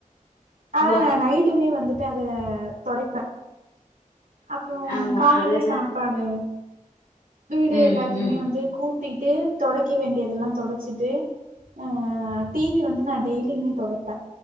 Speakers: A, on the right; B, on the left.
A: ஆனா
B: ஓ
A: நான் நைட்டுமே வந்துட்டு அத தொடைப்ப அப்புறோ
B: ஆமா
A: காலேல
B: அது நா
A: சாப்பாடு வீடு
B: ம்
A: எல்லாத்திமே
B: ம்
A: வந்து கூட்டிட்டு தொடைக்க வேண்டியதுலா தொடச்சிட்டு ஆ டி வி வந்து நான் டெய்லியுமே தொடப்ப